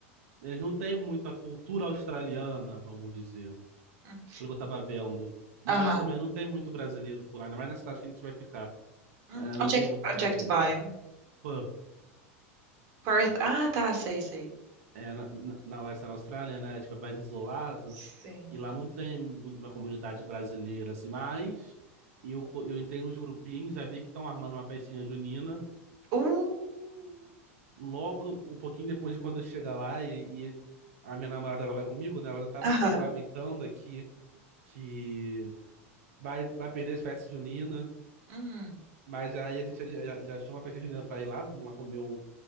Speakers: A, on the right; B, on the right.
A: eles não têm muita cultura australiana, vamos dizer,
B: Hum.
A: pelo que eu tava vendo. Mas
B: Aham.
A: também não tem muito brasileiro por lá, ainda mais na cidade que a gente vai ficar.
B: Hum,
A: É, não
B: Onde
A: tem
B: é que,
A: muito brasileiro.
B: onde é que tu vai?
A: Pô,
B: Perth? Ah, tá, sei, sei.
A: É, na, na na Western Austrália, né? Tipo, é mais isolado.
B: Sim.
A: E lá não tem mu- uma comunidade brasileira, assim. Mas eu, co- eu entrei nos grupinhos, já vi que estão armando uma festinha junina.
B: Uh,
A: Logo, um pouquinho depois de quando eu chegar lá e, e a minha namorada, ela vai comigo, né? Ela já tava
B: aham.
A: se lamentando aqui que vai, vai perder as festas juninas.
B: Hum.
A: Mas aí a gente já, já, já achou uma festa junina pra ir lá. Vamos lá comer um-